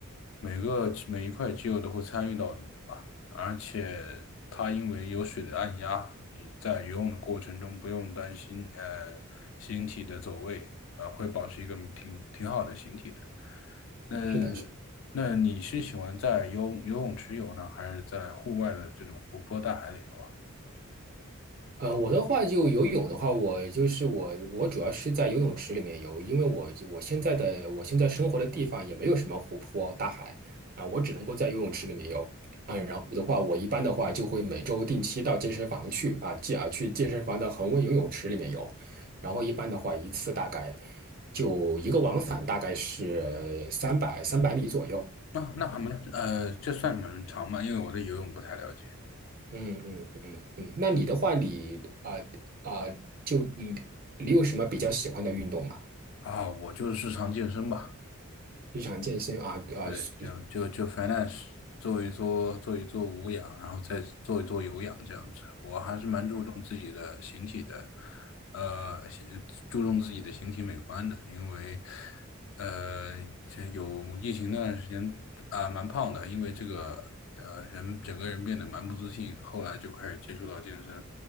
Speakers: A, on the left; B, on the right.
A: 每个每一块肌肉都会参与到里面吧。而且它因为有水的按压，你在游泳的过程中不用担心呃形体的走位，呃，会保持一个挺挺好的形体的。那
B: 是的。
A: 那你是喜欢在游游泳池游呢，还是在户外的这种湖泊大海里游啊？
B: 呃，我的话就游泳的话，我就是我，我主要是在游泳池里面游，因为我我现在的我现在生活的地方也没有什么湖泊、大海啊，我只能够在游泳池里面游啊。然后的话，我一般的话就会每周定期到健身房去啊，进啊去健身房的恒温游泳池里面游，然后一般的话一次大概就一个往返大概是三百三百米左右。
A: 那那还没，呃，这算蛮长嘛，因为我对游泳不太了解
B: 嗯嗯嗯嗯，那你的话你，啊啊就你你有什么比较喜欢的运动吗？
A: 啊。我就是日常健身吧。
B: 日常健身啊啊是
A: 对，就就就 finance 做一做做一做无氧，然后再做一做有氧这样子。我还是蛮注重自己的形体的，呃，形注重自己的形体美观的，因为呃，这有疫情那段时间啊，蛮胖的，因为这个呃，人整个人变得蛮不自信，后来就开始接触到健身。